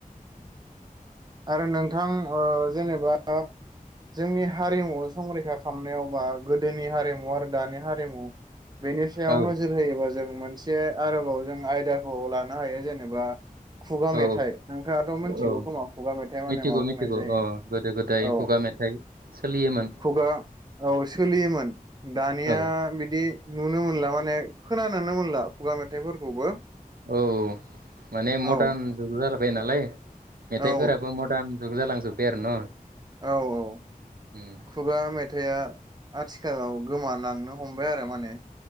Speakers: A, on the right (about 30°); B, on the right (about 85°).
A: आरो नोंथां ओ जेनेबा जोंनि हारिमु संरैखा खालामनायावबा गोदोनि हारिमु आरो दानि हारिमु बेनि सायाव
B: औ
A: नोजोर होयोबा जों मोनसे आरो औ जों आयदा औ लानो हायो जेनेबा खुगा
B: औ
A: मेथाइ नोंथाङाथ' मिथिगौ
B: औ
A: खोमा? खुगा मेथाइ माने
B: मिथिगौ
A: मा बुंनाय
B: मिथिगौ
A: जायो?
B: अ गोदो गोदाय
A: औ
B: खुगा मेथाइ सोलियोमोन
A: खुगा औ सोलियोमोन दानिया
B: औ
A: बिदि दि नुनो मोनला माने खोनानोनो मोनला खुगा मेथाइफोरखौबो
B: औ औ माने मरदान
A: औ
B: जुग जाला बाय नालाय। मेथाइफोराबो
A: औ
B: मरदान जुग जालां जोबबाय आरो न'
A: औ औ
B: उम
A: खुगा मेथाइआ आथिखालाव गोमालांनो हमबाय आरो माने